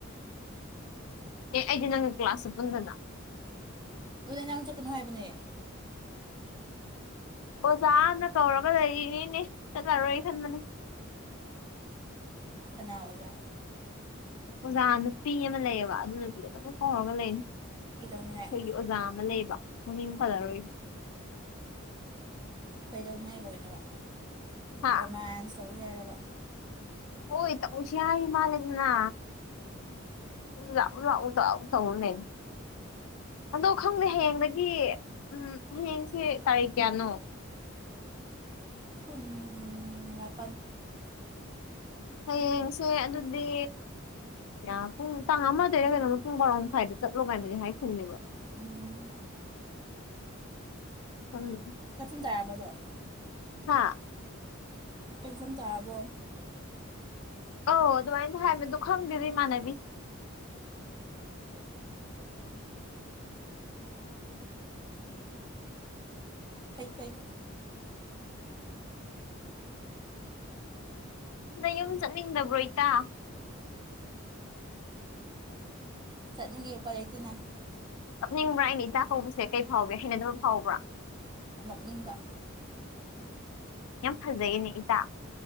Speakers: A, on the left; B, on the right.
A: ꯑꯦ ꯑꯩꯗꯤ ꯅꯪꯒ ꯀ꯭ꯂꯥꯁꯁꯨ ꯄꯨꯟꯗꯅ
B: ꯑꯗꯨ ꯅꯪ ꯆꯠꯀꯅꯨ ꯍꯥꯏꯕꯅꯦ
A: ꯑꯣꯖꯥꯅ ꯀꯧꯔꯒ ꯂꯩꯔꯤꯅꯤꯅꯦ ꯆꯠꯂꯔꯣꯏ ꯈꯟꯕꯅꯤ
B: ꯀꯅꯥ ꯑꯣꯖꯥ
A: ꯑꯣꯖꯥ ꯅꯨꯄꯤ ꯑꯃ ꯂꯩꯌꯦꯕ ꯑꯗꯨ ꯅꯨꯄꯤꯗ ꯑꯗꯨ ꯑꯃꯛ ꯀꯥꯎꯔꯒ ꯂꯩꯅꯤ
B: ꯀꯩꯗꯧꯅꯤꯡꯉꯥꯏ
A: ꯑꯩꯈꯣꯏꯒꯤ ꯑꯣꯖꯥ ꯑꯃ ꯂꯩꯕ ꯃꯃꯤꯡ ꯄꯜꯂꯔꯣꯏꯒꯦ
B: ꯀꯩꯗꯧꯅꯤꯉꯥꯏꯗꯅꯦꯕ
A: ꯍꯥ
B: ꯔꯣꯃꯥꯟꯁ ꯇꯧꯁ ꯍꯥꯏꯔꯕ
A: ꯍꯣꯏ ꯇꯧꯁꯦ ꯍꯥꯏꯔꯤ ꯃꯥꯂꯦꯗꯅ ꯂꯥꯛꯎꯗ ꯑꯗꯨꯝ ꯇꯧ ꯂꯩ ꯑꯗꯣ ꯈꯪꯗꯦ ꯍꯌꯦꯡꯗꯒꯤ ꯎꯝ ꯍꯌꯦꯡꯁꯦ ꯇꯥꯔꯤꯛ ꯀꯌꯥꯅꯣ
B: ꯀꯨꯟꯃꯄꯟ
A: ꯍꯌꯦꯡꯁꯦ ꯑꯗꯨꯗꯤ ꯑ ꯄꯨꯡ ꯇꯥꯡ ꯑꯃꯗꯩꯅ ꯀꯩꯅꯣꯝ ꯄꯨꯡ ꯕꯔꯣ ꯃꯈꯥꯏꯗ ꯆꯠꯂꯣ ꯀꯥꯏꯅꯗꯤ ꯍꯥꯏꯈꯤꯕꯅꯦꯕ
B: ꯎꯝ
A: <unintelligible>
B: <unintelligible> ꯆꯥꯔꯕꯗꯣ
A: ꯍꯥ
B: ꯀꯩꯁꯥꯡ ꯆꯥꯔꯕꯣ
A: ꯑꯧ ꯑꯗꯨꯃꯥꯏꯅꯗꯤ ꯍꯥꯏꯕꯅꯦ ꯑꯗꯣ ꯈꯪꯗꯦꯗ ꯏꯃꯥꯟꯅꯕꯤ
B: ꯐꯩ ꯐꯩ
A: ꯅꯌꯨꯝ ꯆꯠꯅꯤꯡꯗꯕ꯭ꯔꯣ ꯏꯇꯥ
B: ꯆꯠꯅꯤꯡꯉꯦ ꯎꯄꯥꯏ ꯂꯩꯇꯦꯅ
A: ꯀꯞꯅꯤꯡꯕ꯭ꯔꯥ ꯑꯩꯅ ꯏꯇꯥ ꯀꯧꯕꯁꯦ ꯀꯩ ꯐꯥꯎꯒꯦ ꯍꯩꯅꯗꯕ ꯐꯥꯎꯕ꯭ꯔꯥ
B: ꯅꯣꯛꯅꯤꯡꯕ
A: ꯌꯥꯝ ꯐꯖꯩꯌꯦꯅꯦ ꯏꯇꯥ